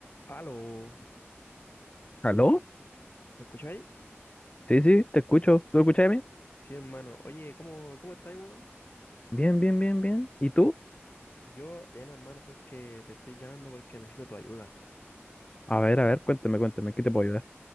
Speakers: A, on the left; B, on the left.
A: Aló,
B: ¿Aló?
A: ¿me escucháis?
B: Sí, sí, te escucho. ¿Tú escuchas bien?
A: Sí, hermano. Oye, ¿cómo, cómo estáis, weón?
B: Bien, bien, bien, bien. ¿Y tú?
A: Yo, bien, hermano, sabes que te estoy llamando porque necesito tu ayuda.
B: A ver, a ver, cuéntame, cuéntame, ¿qué te puedo ayudar?